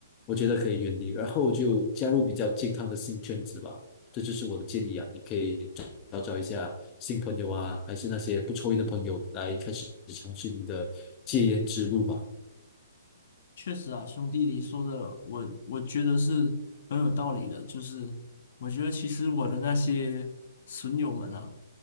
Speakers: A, on the left (about 25°); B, on the left (about 55°).
A: 我觉得可以远离，然后就加入比较健康的新圈子吧。这就是我的建议啊，你可以找找一下新朋友啊，还是那些不抽烟的朋友来开始尝试你的戒烟之路吧。
B: 确实啊，兄弟，你说的我我觉得是很有道理的。就是我觉得其实我的那些损友们啊，